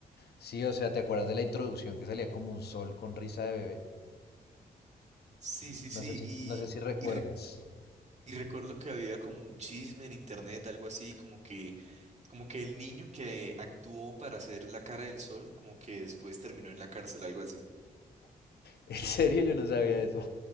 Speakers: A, on the left (about 75°); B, on the right (about 45°).
A: Sí, o sea, ¿te acuerdas de la introducción que salía como un sol con risa de bebé?
B: Sí, sí, sí,
A: No sé si,
B: y,
A: no sé si recuerdas.
B: y, re-
A: <laughs>
B: y recuerdo que había como un chisme en internet, algo así, como que, como que el niño que actuó para hacer la cara del sol, como que después terminó en la cárcel, algo así.
A: En serio, yo no sabía eso.